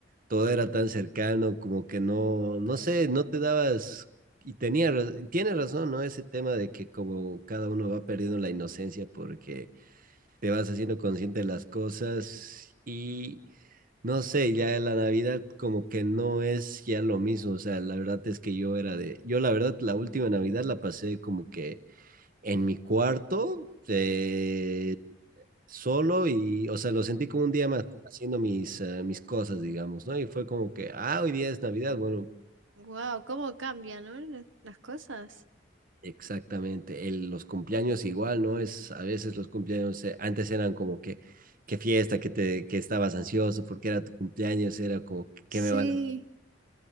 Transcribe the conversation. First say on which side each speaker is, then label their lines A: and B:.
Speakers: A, on the right; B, on the right.
A: todo era tan cercano, como que no, no sé, no te dabas, y tenía, ra- tiene razón, ¿no? Ese tema de que como cada uno va perdiendo la inocencia porque te vas haciendo consciente de las cosas y no sé, ya la Navidad como que no es ya lo mismo, o sea, la verdad es que yo era de, yo la verdad la última Navidad la pasé como que en mi cuarto, eh, solo y, o sea, lo sentí como un día más haciendo mis, eh, mis cosas, digamos, ¿no? Y fue como que, ah, hoy día es Navidad, bueno,
B: Wow, cómo cambian, ¿no? la- Las cosas.
A: exactamente, el, los cumpleaños igual, ¿no? Es, a veces los cumpleaños eh, antes eran como que, qué fiesta, que te, que estabas ansioso porque era tu cumpleaños, era como, ¿qué
B: Sí.
A: me van a...?